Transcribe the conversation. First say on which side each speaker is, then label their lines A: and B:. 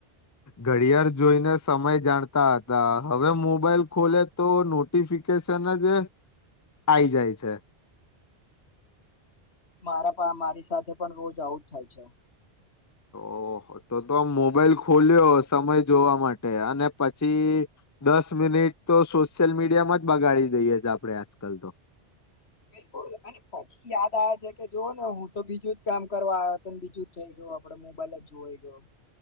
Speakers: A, on the left; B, on the left.
A: ઘડિયાળ જોઈને સમય જાણતા હતા હવે મોબાઈલ ખોલે તો નોટિફિકેશન જ આઈ જાય છે.
B: મારા મારી સાથે પણ રોજ આવું જ થાય છે.
A: ઓહો તો તો મોબાઈલ ખોલ્યો સમય જોવા માટે અને પછી દસ મિનિટ તો સોશિયલ મીડિયામાં જ બગાડી દઈએ છે આપડે આજકાલ તો
B: બિલકુલ અને પછી યાદ આવે છે કે જો ને હું તો બીજું જ કામ કરવા આયો તો ને બીજું જ થઈ ગયું આપણે મોબાઈલ જ જોવાઈ ગયો.